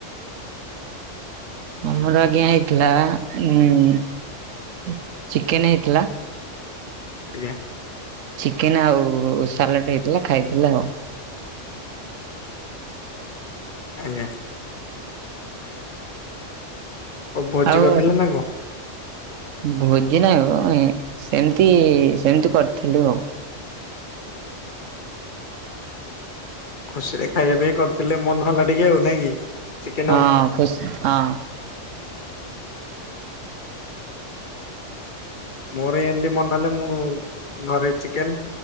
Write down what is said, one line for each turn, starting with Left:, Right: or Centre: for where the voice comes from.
Right: ଆମର ଆଜ୍ଞା ହେଇଥିଲା ଉ ଚିକେନ ହେଇଥିଲା।
Left: ଆଜ୍ଞା।
Right: ଚିକେନ ଆଉ ସାଲାଡ଼ ହେଇଥିଲା ଖାଇଥିଲା ଆଉ
Left: ଆଜ୍ଞା। କଣ ଭୋଜି
Right: ଆଉ
Left: କରିଥିଲେ ନା କଣ?
Right: ଭୋଜି ନାହିଁ ମ ସେମିତି ସେମିତି କରିଥିଲୁ ଆଉ
Left: ଖୁସିରେ ଖାଇବା ପାଇଁ କରିଥିଲେ ମନ ହେଲା ଟିକେ ଆଉ ନାଇଁ କି? ଚିକେନ
Right: ହଁ
Left: ଆଉ
Right: ଖୁସି ହଁ।
Left: ମୋର ଏମତି ମନ ହେଲେ ମୁଁ ଘରେ ଚିକେନ